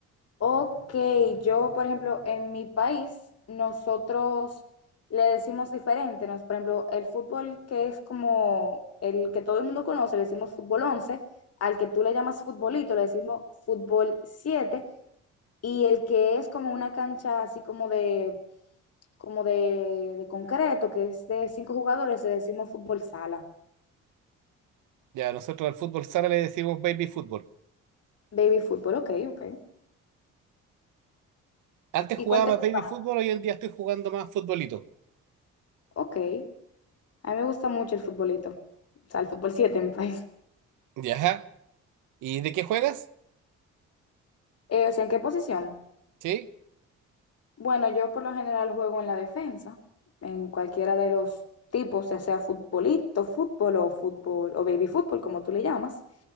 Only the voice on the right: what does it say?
Ya, nosotros al fútbol sala le decimos baby fútbol.
Antes
jugaba
más
baby fútbol, hoy en día estoy jugando más futbolito.
Ya. ¿Y de qué juegas?
Sí,